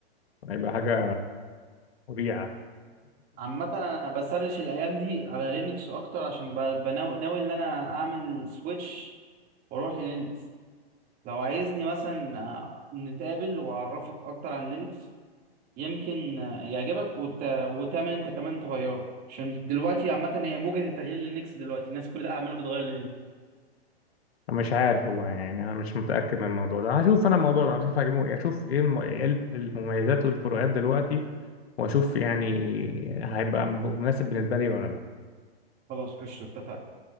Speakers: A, on the left; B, on the right.
A: <laughs> هيبقى حاجه مريعه
B: عامة انا بسرش الايام دي على لينكس اكتر عشان ب- بناوي ناوي ان انا اعمل سويتش واروح للينكس لو عايزني مثلا آه، نتقابل واعرفك اكتر عن لينكس يمكن آه، يعجبك وت... وتعمل انت كمان تغيره عشان دلوقتي عامة هي موجة التغيير للينكس دلوقتي الناس كلها عمالة بتغير للينكس
A: مش عارف والله يعني انا مش متاكد من الموضوع ده هشوف انا الموضوع ده هشوف هيمو- اشوف ايه الم- إيه ال- المميزات والفروقات دلوقتي واشوف يعني هيبقى مناسب بالنسبه لي ولا لا
B: خلاص قشطة اتفقنا